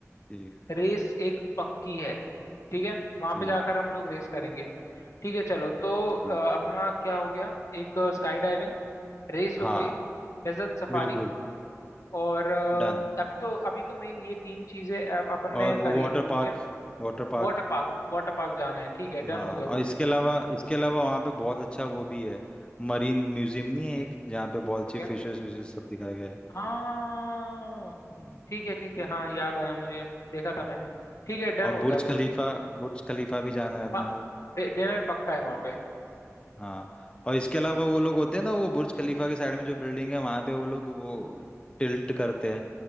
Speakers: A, on the left; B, on the left.
A: ठीक है
B: रेस एक पक्की है ठीक है वहां
A: ठीक
B: पे जाकर
A: है
B: हम लोग रेस करेंगे ठीक है चलो तो
A: ठीक
B: अ,
A: है
B: अपना क्या हो गया एक स्काई डाइविंग रेस
A: हाँ
B: हो गई डेजर्ट सफारी
A: बिल्कुल
B: और अ,
A: डन
B: अभी तो अभी तो मेन ये तीन चीजें अ, अपन ने
A: और वो
B: करी
A: वाटर
B: है ठीक
A: पार्क
B: है
A: वाटर पार्क
B: Water park वाटर पार्क जाना है ठीक है डन
A: हाँ
B: हो गया
A: और
B: वो
A: इसके
B: भी
A: अलावा इसके अलावा वहाँ पे बहुत अच्छा वो भी है मरीन म्यूजियम नहीं है एक जहाँ पे बहुत अच्छी
B: ओके
A: फिशेस विशेस सब दिखाए गए हैं
B: हाँ
A: हम्म,
B: ठीक है ठीक है हाँ याद आया मुझे देखा था मैंने ठीक है डन
A: और
B: हो
A: बुर्ज
B: गया वो
A: खलीफा
B: भी
A: बुर्ज खलीफा भी जाना है अपने
B: हाँ
A: को
B: डिनर पक्का है वहाँ पे
A: हाँ और इसके अलावा वो लोग होते हैं ना वो बुर्ज खलीफा के साइड में जो बिल्डिंग है वहाँ पे वो लोग वो टिल्ट करते हैं